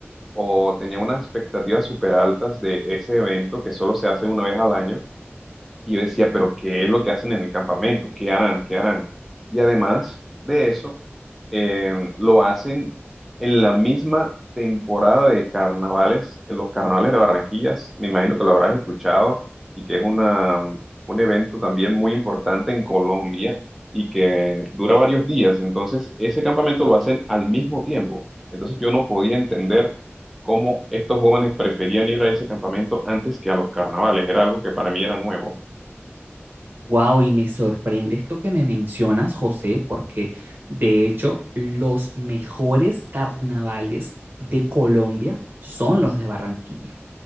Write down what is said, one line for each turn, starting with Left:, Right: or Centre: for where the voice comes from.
Centre: o tenían unas expectativas súper altas de ese evento que solo se hace una vez al año. Y yo decía, pero ¿qué es lo que hacen en el campamento? ¿Qué harán? ¿Qué harán? Y además de eso, eh, lo hacen en la misma temporada de carnavales, en los carnavales de Barranquillas. Me imagino que lo habrás escuchado y que es una, un evento también muy importante en Colombia y que dura varios días. Entonces, ese campamento lo hacen al mismo tiempo. Entonces, yo no podía entender cómo estos jóvenes preferían ir a ese campamento antes que a los carnavales. Era algo que para mí era nuevo.
Right: Wow, y me sorprende esto que me mencionas, José, porque de hecho los mejores carnavales de Colombia son los de Barranquilla.